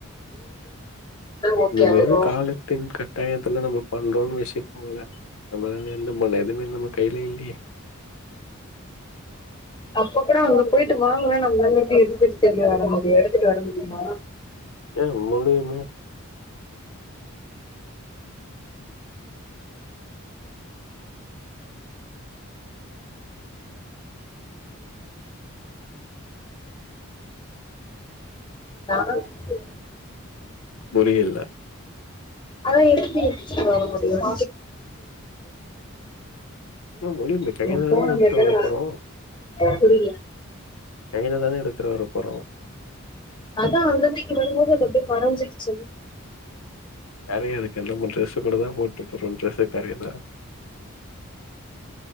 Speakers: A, on the left; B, on the left.
A: ஓகே
B: இந்த வெறு
A: ஆகு
B: காலத்தின் கட் டாயத்துல நம்ம பண்றோன் வெச்சுக்குங்ளே நம்ளால எந்த முடில எதுவுமே நம்ம கைல இல்லயே
A: அப்ப கூட அங்க போயிட்டு வாங்குனா நம்ளால எப்டி எடுத்ட்டு திரும்பி வர முடியு எடுத்துட்டு வர முடியுமா
B: ஏ முடியுமே
A: நா வந்து
B: புரியல
A: அதா எப்டி இப்டி வரமுடியும்
B: ஏன் முடியுமே கையில
A: <unintelligible> <unintelligible> போன
B: தானே எடுத்துட்டு
A: மாரிதான
B: வர
A: வரும்
B: போறோம்.
A: புரில
B: கையில தான எடுத்துட்டு வர போறோ
A: அதாஅங்க வீட்டு வரும்போது அது அப்படியே மறைஞ்சிர்ச்சு
B: கரையு அதுக்கு என்ன பண்ற <unintelligible> கூட தா போட்டு இப்போ ஃபோன் பேச காரியல